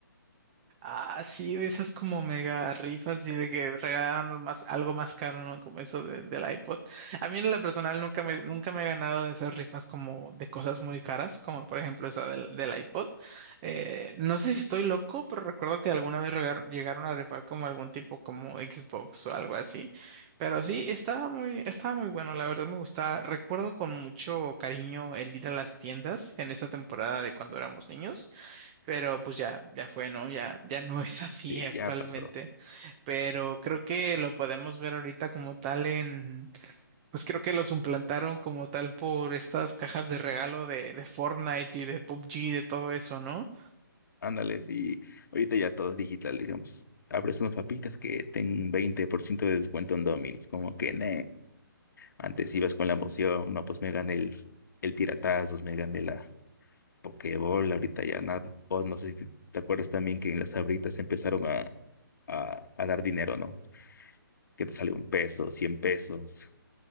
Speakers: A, on the right (about 20°); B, on the left (about 60°).
A: Ah, sí, de esas como mega rifas y de que regalaban lo más, algo más caro, ¿no? Como eso de- del iPod. A mí en lo personal nunca me, nunca me he ganado de esas rifas como de cosas muy caras, como por ejemplo esa del, del iPod. Eh, no sé si estoy loco, pero recuerdo que alguna vez regar- llegaron a rifar como algún tipo como Xbox o algo así. Pero sí, estaba muy, estaba muy bueno, la verdad me gustaba. Recuerdo con mucho cariño el ir a las tiendas en esa temporada de cuando éramos niños pero pues ya, ya fue, ¿no? Ya, ya no es así
B: Sí,
A: actualmente.
B: ya pasó.
A: Pero creo que lo podemos ver ahorita como tal en, pues creo que lo suplantaron como tal por estas cajas de regalo de, de Fortnite y de PUBG y de todo eso, ¿no?
B: Ándale, sí. Ahorita ya todo es digital, digamos. Abres unas papitas que ten 20% de descuento en Domino's, como que en Antes ibas con la emoción, no, pues me gané el, el tiratazos, me gané la Pokéball, ahorita ya nada. O no sé si te acuerdas también que en las Sabritas empezaron a, a, a dar dinero, ¿no? Que te sale un peso, cien pesos.